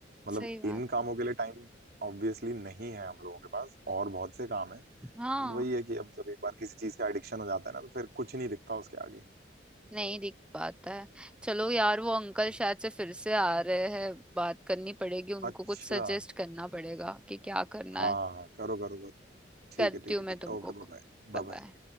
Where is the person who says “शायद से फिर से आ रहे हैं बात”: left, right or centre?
Centre